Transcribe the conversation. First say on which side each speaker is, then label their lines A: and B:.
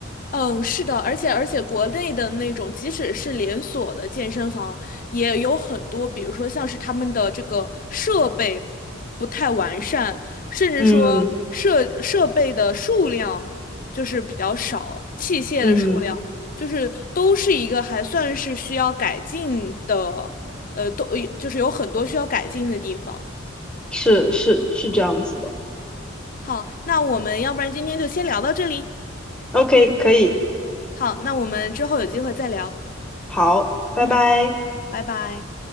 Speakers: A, on the left; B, in the centre.
A: 嗯，是的，而且而且国内的那种，即使是连锁的健身房，也有很多，比如说像是他们的这个设备不太完善，甚至说设设备的数量就是比较少，
B: 嗯
A: 器械的数量就是都是一个还算是需要改进的，
B: 嗯，
A: 呃，都就是有很多需要改进的地方。
B: 是是是这样子的。
A: 好，那我们要不然今天就先聊到这里。
B: OK，可以，
A: 好，那我们之后有机会再聊。
B: 好，拜拜。
A: 嗯，拜拜。